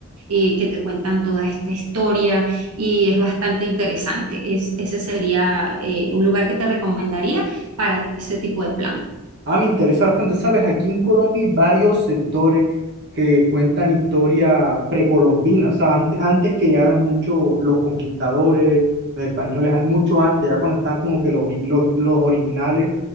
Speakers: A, on the right (about 85°); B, on the right (about 50°).
A: eh, que te cuentan toda esta historia y es bastante interesante. Es, ese sería eh, un lugar que te recomendaría para ese tipo de plan.
B: Ah, me interesa bastante, ¿sabes? Aquí en Colombia hay varios sectores que cuentan historia precolombina, o sea, antes, antes que llegaron muchos los conquistadores, los españoles, an- mucho antes, ya cuando están como que los, ori- los, los originales